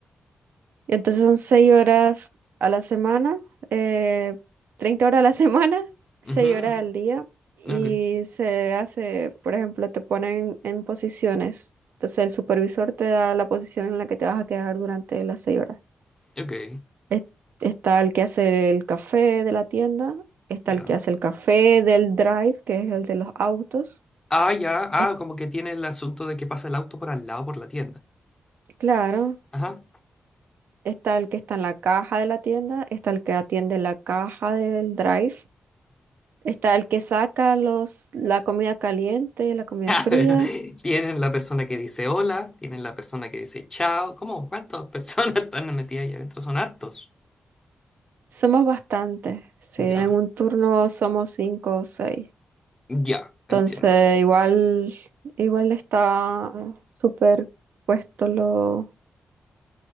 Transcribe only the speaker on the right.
Entonces son 6 horas a la semana, eh, 30 horas a la semana, <laughs> seis
horas al día. Y
se hace, por ejemplo, te ponen en posiciones. Entonces el supervisor te da la posición en la que te vas a quedar durante las 6 horas.
Es- Está el que hace el café de la tienda, está
el que hace el café del drive, que es el de los autos.
Es-
claro,
está el que está en la caja de la tienda, está el que atiende la caja del drive Está el que saca los, la comida caliente, la comida
fría.
Somos bastantes, sí,
en un turno somos cinco o seis.
Entonces,
igual, igual está súper puesto lo-